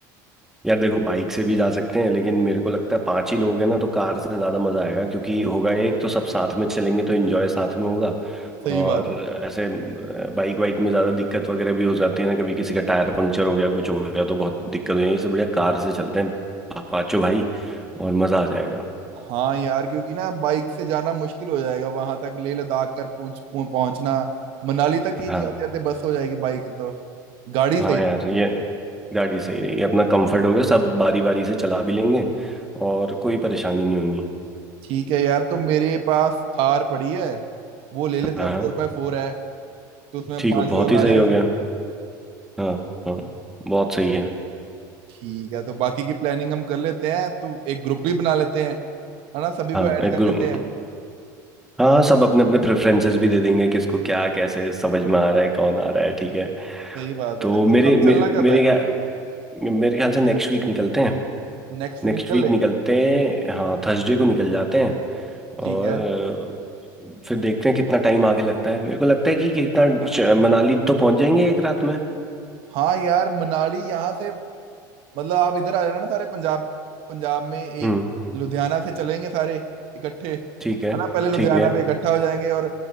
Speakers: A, in the centre; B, on the right.
A: यार देखो बाइक से भी जा सकते हैं लेकिन मेरे को लगता है पांच ही लोग हैं ना तो कार से ज़्यादा मज़ा आएगा क्योंकि होगा ये, एक तो सब साथ में चलेंगे तो एंजॉय साथ में होगा
B: सही
A: और
B: बात है
A: ऐसे बाइक वाइक में ज़्यादा दिक्कत वगैरह भी हो जाती है ना कभी किसी का टायर पंक्चर हो गया कुछ हो गया तो बहुत दिक्कत हो जाएगी इससे बढ़िया कार से चलते हैं पा- पांचों भाई और मज़ा आ जाएगा
B: हाँ यार क्योंकि ना बाइक से जाना मुश्किल हो जाएगा वहां तक लेह लद्दाख कर पूंछ पहुं- पहुंचना मनाली तक ही
A: हाँ
B: जाते जाते बस हो जाएगी बाइक तो गाड़ी
A: हाँ
B: सही
A: यार
B: रहेगी
A: ये गाड़ी सही रहेगी अपना कंफर्ट होगा सब बारी बारी से चला भी लेंगे और कोई परेशानी नहीं होनी
B: ठीक है यार तो मेरे पास थार पड़ी है वो ले लेते
A: हाँ
B: हैं फोर बाय फोर है तो उसमें
A: ठीक
B: पांच
A: हो बहुत
B: लोग
A: ही
B: आ
A: सही
B: जाएंगे
A: हो गया हाँ हाँ बहुत सही है
B: ठीक है तो बाकी की प्लानिंग हम कर लेते हैं तो एक ग्रुप भी बना लेते हैं है ना सभी
A: हाँ
B: को ऐड
A: एक
B: कर
A: ग्रुप
B: लेते हैं
A: हाँ सब अपने अपने प्रेफरेंसेस भी दे देंगे किसको क्या कैसे समझ में आ रहा है कौन आ रहा है ठीक है
B: सही बात
A: तो
B: है तो
A: मेरे
B: कब
A: मे,
B: चलना
A: मेरे
B: कब है
A: क्या मेरे ख्याल से नेक्स्ट वीक निकलते हैं
B: नेक्स्ट
A: नेक्स्ट
B: वीक निकल
A: वीक
B: ले
A: निकलते हैं हाँ थर्सडे को निकल जाते हैं
B: ठीक
A: और
B: है
A: अ, फिर देखते हैं कितना टाइम आगे लगता है मेरे को लगता है कि कितना च- मनाली तो पहुंच जाएंगे एक रात में
B: हाँ यार मनाली यहाँ से मतलब आप इधर आ जाना ना सारे पंजाब पंजाब में एक
A: हम्म
B: लुधियाना से चलेंगे सारे इकट्ठे है
A: ठीक है
B: ना पहले लुधियाना
A: ठीक है
B: पे इकट्ठा हो जाएंगे और